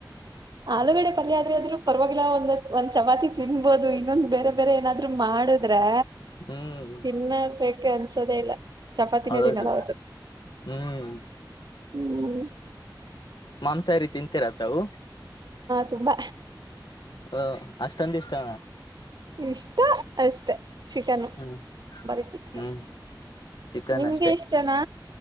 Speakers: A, on the right; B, on the left.
A: ಆಲೂಗಡೆ ಪಲ್ಯ ಆದ್ರ ಆದ್ರರು ಪರವಾಗಿಲ್ಲ ಒಂದ ಒಂದ್ ಚಪಾತಿ ತಿನ್ಬೋದು ಇನ್ನೊಂದ್ ಬೇರೆ ಬೇರೆ ಏನಾದ್ರು ಮಾಡಿದ್ರೆ
B: ಹ್ಮದು
A: ತಿನ್ನರ್ಬೇಕ ಅನ್ಸೋದೇ ಇಲ್ಲ ಚಪಾತಿನೇ
B: ಹೌದು
A: ತಿನ್ನಲ್ಲ ಅವತ್ತು
B: ಹ್ಮ್
A: ಹ್ಮ್
B: ಮಾಂಸಾಹಾರಿ ತಿಂತೀರತವು
A: ತುಂಬ
B: ಹ ಅಷ್ಟಂದುಂತಷ್ಟತಾನ
A: ಇಷ್ಟ ಅಷ್ಟೆ ಚಿಕನು
B: ಹ್ಮ್
A: ಬರ ಚನ್
B: ಹ್ಮ್
A: ಅ
B: ಚಿಕನ್
A: ನಿಮಗೆ
B: ಅಷ್ಟೇ
A: ಇಷ್ಟನಾ